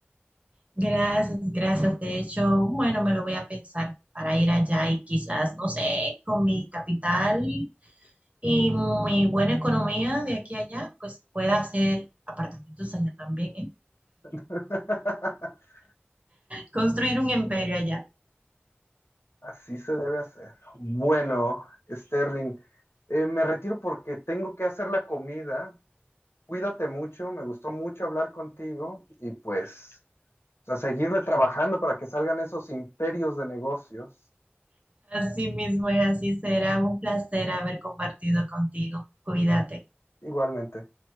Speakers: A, on the right; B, on the left.
A: Gracias, gracias. De hecho, bueno, me lo voy a pensar para ir allá y quizás, no sé, con mi capital y mi buena economía de aquí a allá, pues pueda hacer apartamentos allá también, ¿eh?
B: <laughs>
A: construir un imperio allá.
B: Así se debe hacer. Bueno, Sterling, eh, me retiro porque tengo que hacer la comida. Cuídate mucho, me gustó mucho hablar contigo y pues a seguirle trabajando para que salgan esos imperios de negocios
A: Así mismo es, así será un placer haber compartido contigo. Cuídate.
B: igualmente.